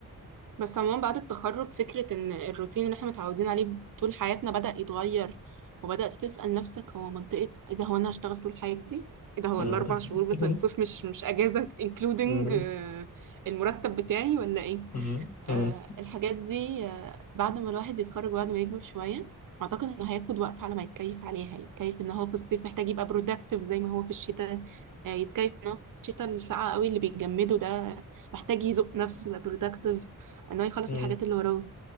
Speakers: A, on the right; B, on the left.
A: بس عموما بعد التخرج فكرة ان الروتين اللي احنا متعودين عليه طول حياتنا بدأ يتغير وبدأت تسأل نفسك هو منطقة ايه ده هو انا هشتغل طول حياتي؟ ايه ده هو
B: مم.
A: الاربع شهور بتوع
B: <laughs>
A: الصيف مش مش اجازة including
B: مم.
A: آه، المرتب بتاعي ولا ايه؟
B: مم.
A: آه،
B: مم.
A: الحاجات دي آه، بعد ما الواحد يتخرج وبعد ما يكبر شوية أعتقد إنه هياخد وقت على ما يتكيف عليها يتكيف إن هو في الصيف محتاج يبقى برودكتيف زي ما هو في الشتاء آه، يتكيف إن هو في الشتاء الساقعة قوي اللي بيجمده ده محتاج يزق نفسه يبقى برودكتيف إن هو يخلص
B: مم.
A: الحاجات اللي وراه